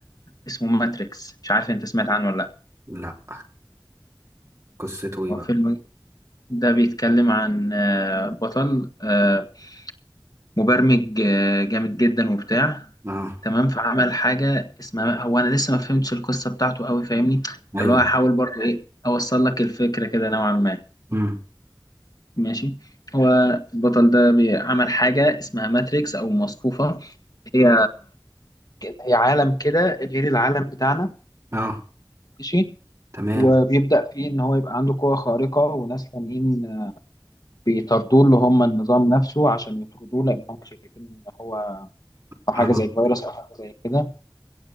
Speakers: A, on the left; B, on the right.
A: اسمه ماتريكس مش عارف أنت سمعت عنه ولا لأ
B: لا قصته ايه
A: هو
B: بقى
A: الفيلم ده بيتكلم عن آه، بطل آه مبرمج آه، جامد جدا وبتاع
B: اه
A: تمام فعمل حاجة اسمها هو أنا لسه ما فهمتش القصة بتاعته قوي فاهمني فاللي
B: ايوه
A: هو هحاول برضو إيه أوصل لك الفكرة كده نوعا ما
B: امم
A: ماشي هو البطل ده بي- عمل حاجة اسمها ماتريكس أو مصفوفة هي هي عالم كده غير العالم بتاعنا
B: اه
A: ماشي
B: تمام
A: وبيبدأ فيه إن هو يبقى عنده قوة خارقة وناس تانيين بيطاردوه اللي هم النظام نفسه عشان يطردوه لأن هم شايفين إن هو حاجة
B: اه
A: زي الفيروس أو حاجة زي كده